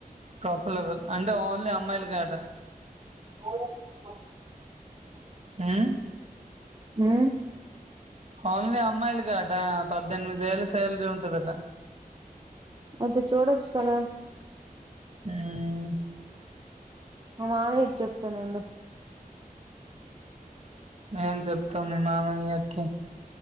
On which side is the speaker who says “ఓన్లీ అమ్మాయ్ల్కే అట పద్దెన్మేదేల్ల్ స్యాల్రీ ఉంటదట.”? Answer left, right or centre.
Right